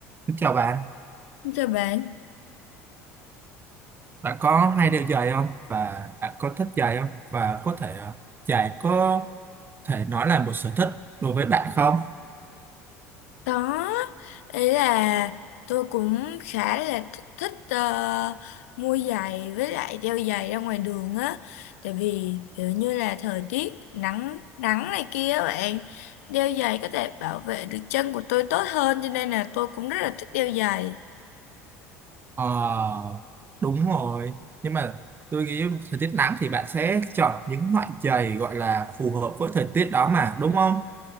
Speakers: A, on the right; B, on the left.
A: Kính chào bạn,
B: Thưa bạn,
A: bạn có hay đeo giày không và bạn có thích giày không và có thể ờ, giày có thể nói là một sở thích đối với bạn không?
B: có ý là tôi cũng khá là th- thích ờ, mua giày với lại đeo giày ra ngoài đường á tại vì kiểu như là thời tiết nắng nắng này kia á bạn đeo giày có thể bảo vệ được chân của tôi tốt hơn cho nên là tôi cũng rất là thích đeo giày
A: Ờ, đúng rồi, nhưng mà tôi nghĩ thời tiết nắng thì bạn sẽ chọn những loại giày gọi là phù hợp với thời tiết đó mà đúng không?